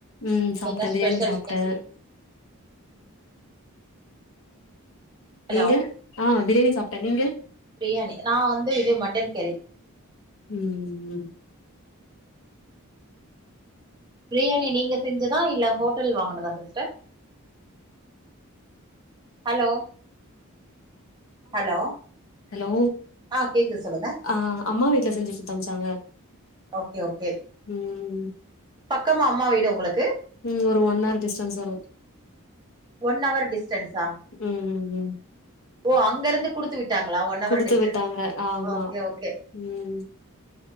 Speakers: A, on the left (about 65°); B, on the right (about 20°).
A: ம் சாப்ட்டே
B: என்ன
A: பிரியாணி
B: ஸ்பெஷல்
A: சாப்ட்டே
B: இன்னைக்கி ஹலோ
A: நீங்க ஆ பிரியாணி சாப்ட்ட நீங்க
B: பிரியாணி நா வந்து இது மட்டன் கறி
A: உம்
B: பிரியாணி நீங்க செஞ்சதா இல்ல ஹோட்டல்ல வாங்கனதா சிஸ்டர் ஹலோ ஹலோ
A: ஹலோ
B: ஆ கேக்குது சொல்லுங்க
A: ஆ அம்மா வீட்டுல செஞ்சு குத்தம்ச்சாங்க
B: ஓகே ஓகே
A: ம்
B: பக்கமா அம்மா வீடு உங்களுக்கு
A: ம் ஒரு ஒன் ஹார் டிஸ்டன்ஸ் வரும்
B: ஒன் அவர் டிஸ்டன்சா
A: ம் ம் ம்
B: ஓ அங்கருந்து குடுத்து விட்டாங்களா ஒன் அவர்
A: குடுத்து
B: டிஸ்டன்ஸ்
A: விட்டாங்க ஆமா
B: ஓகே ஓகே
A: ம்